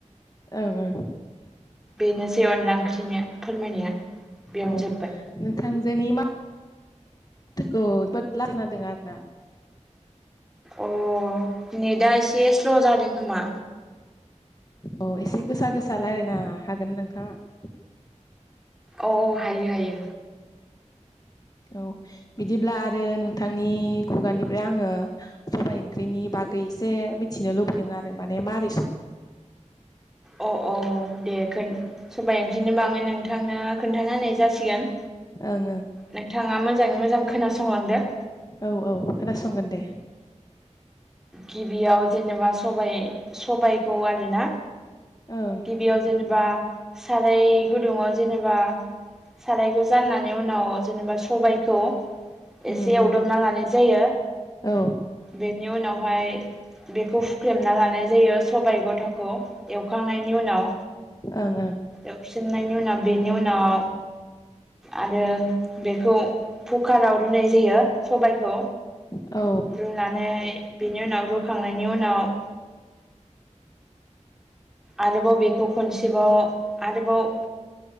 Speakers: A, on the left (about 30°); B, in the centre.
A: औ-औ
B: बेनोसै अनला ओंख्रिनिया फोरमायनाया बेयावनो
A: अ
B: जोब्बाय
A: नोंथांजोनि मा जोबोद <unintelligible> आरोना
B: अ नेटआ एसे स्ल' जादों खोमा
A: अ एसे गोसा गोसा रायलायनो हागोन नोंथाङा
B: औ-औ हायो हायो
A: औ बिदिब्ला आरो नोंथांनि खुगानिफ्राय आङो सबाय ओंख्रिनि बागै एसे मिथिनो लुबैदों आरो माने मारै सङो
B: अ-अ दे सबाय ओंख्रिनि बागै नोंथांनो खोन्थाना होनाय जासिगोन
A: ओं
B: नोंथाङा मोजाङै मोजां खोनासंलांदो
A: औ-औ खोनासंगोन दे
B: गिबियाव जेनेबा सबाय-सबायखौ आरोना
A: ओं
B: गिबियाव जेनेबा साराय गुदुङाव जेनेबा सारायखौ जाननानै उनाव जेनेबा सबायखौ
A: उम
B: एसे
A: उम
B: एवदबना लानाय जायो
A: औ
B: बेनि उनावहाय बेखौ हुख्लेमना लानाय जायो सबाय गथाखौ एउ एवखांनायनि उनाव
A: ओं ओं
B: एवसिननायनि उनाव बेनि उनाव आरो बेखौ कुकाराव रुनाय जायो सबायखौ
A: औ
B: रुनानै बेनि उनाव रुखांनायनि उनाव आरोबाव बेखौ खनसेबाव आरोबाव